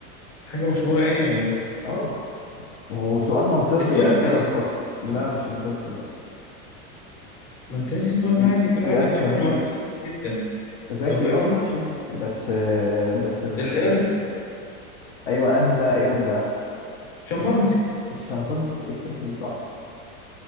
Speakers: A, on the left (about 35°); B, on the left (about 55°).
A: حاجة مشهورة يعني ولا ايه؟
B: اه هو سؤال منطقي
A: الدولفين
B: يعني انت لو
A: الدولفين
B: فك... لا
A: صح؟
B: مش الدولفين لا
A: ما انت لسه بتقول
B: في
A: عادي كل
B: في
A: حاجة
B: أذكى
A: الدولفين
B: من
A: معروفة أساسا جدا
B: ذكي
A: انت متأكد؟
B: اه ماشي بس آه، بس مش
A: القرد
B: مش أيوه أنهي بقى قرد بقى
A: شمبانزي
B: <laughs> الشمبانزي <laughs> صح